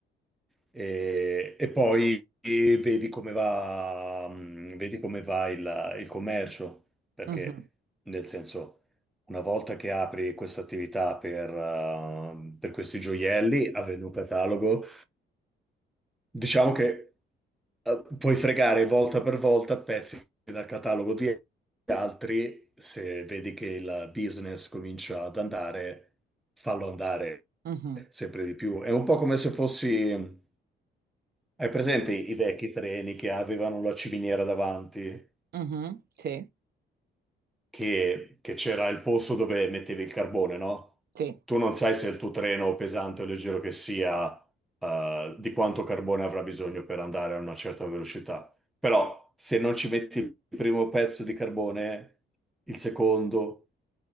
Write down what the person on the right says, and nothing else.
Mhm.
Mhm,
mhm, Sì,
sì,